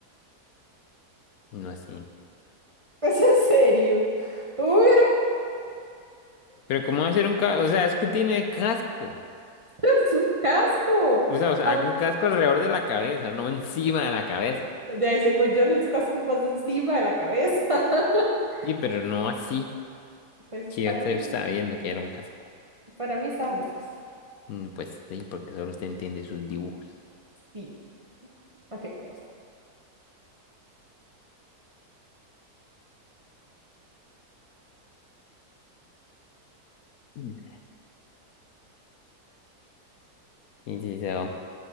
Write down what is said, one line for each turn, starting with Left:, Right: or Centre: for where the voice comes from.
Left: no sé.
Right: <laughs> Es en serio. Uy,
Left: Pero ¿cómo va a ser un casco? O sea, es que tiene casco.
Right: <laughs> Es un casco.
Left: O sea, o sea,
Right: Am-
Left: haga un casco alrededor de la cabeza, no encima de la cabeza.
Right: De ahí, según yo, los cascos van encima de la cabeza. <laughs>
Left: Sí, pero no así.
Right: Pues
Left: Que
Right: para
Left: ya
Right: mí,
Left: yo estaba viendo que era un casco.
Right: para mí estaba muy fácil.
Left: Mm, Pues sí, porque solo usted entiende sus dibujos.
Right: Sí, ok, pues está.
Left: Mm. Y sí, so,